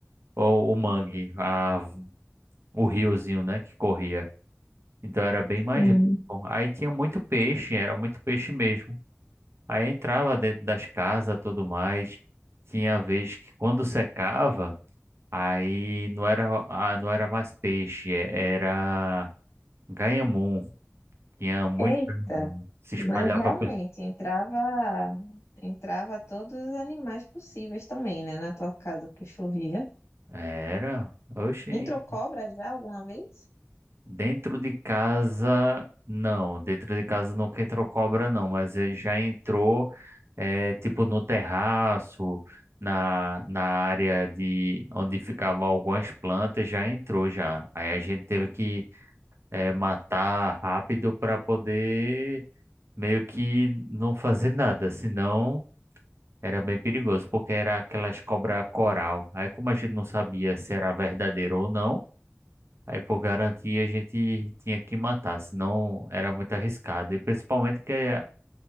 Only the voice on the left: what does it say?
sim.
Eita!
Mas realmente
entrava, entrava todos os animais possíveis também, né? Na tua casa que chovia.
Entrou cobra já alguma vez?